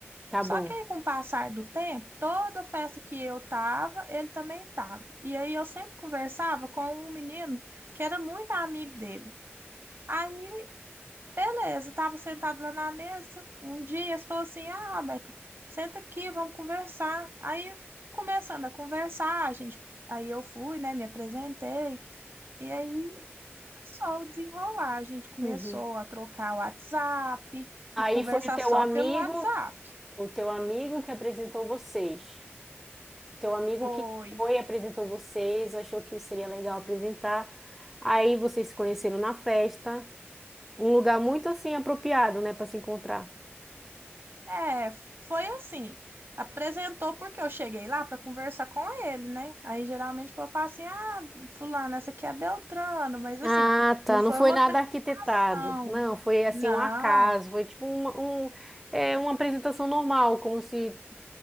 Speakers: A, in the centre; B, on the right.
A: Tá
B: Só
A: bom.
B: que aí, com o passar do tempo, toda festa que eu tava, ele também tava. E aí eu sempre conversava com um menino que era muito amigo dele. Aí, beleza, tava sentado lá na mesa. Um dia ele falou assim: Ah, Roberta, senta aqui, vamos conversar. Aí, começando a conversar, a gente, aí eu fui, né, me apresentei. E aí começou o desenrolar. A gente começou
A: Uhum.
B: a trocar o WhatsApp
A: Aí
B: e conversar
A: foi o teu
B: só
A: amigo,
B: pelo WhatsApp.
A: o teu amigo que apresentou vocês. O teu amigo
B: Foi.
A: que foi, apresentou vocês, achou que seria legal apresentar. Aí vocês se conheceram na festa, um lugar muito assim apropriado, né, para se encontrar.
B: É, foi assim. Apresentou porque eu cheguei lá para conversar com ele, né? Aí geralmente o povo fala assim: ah, fulano, essa aqui é Beltrano, mas
A: Ah,
B: assim,
A: tá.
B: não foi
A: Não foi
B: uma
A: nada
B: pregação.
A: arquitetado. Não, foi assim
B: Não,
A: um acaso. Foi tipo uma, um, é, uma apresentação normal, como se